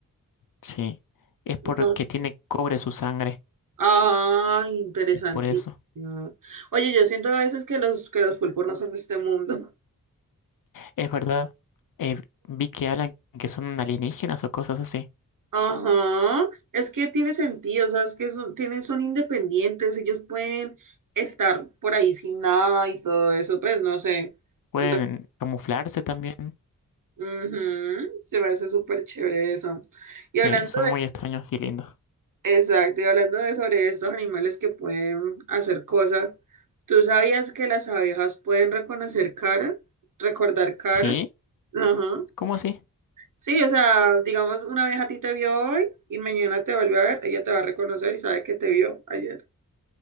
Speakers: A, on the left (about 75°); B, on the right (about 70°).
A: Sí, es porque
B: No.
A: tiene cobre su sangre.
B: Ay, interesantísimo.
A: Es por eso.
B: Oye, yo siento a veces que los, que los pulpos no son de este mundo.
A: Es verdad. Eh, vi que hablan que son alienígenas o cosas así.
B: Ajá, es que tiene sentido, o sea, es que son, tienen, son independientes, ellos pueden estar por ahí sin nada y todo eso, pues no sé.
A: Pueden
B: Entonces,
A: camuflarse también.
B: ujú, se me hace súper chévere eso. Y hablando
A: Sí, son muy extraños y lindos.
B: de, exacto, y hablando de sobre estos animales que pueden hacer cosas, ¿tú sabías que las abejas pueden reconocer cara? ¿Recordar cara?
A: ¿Sí?
B: Ajá.
A: ¿Cómo así?
B: Sí, o sea, digamos, una vez a ti te vio hoy y mañana te volvió a ver, ella te va a reconocer y sabe que te vio ayer.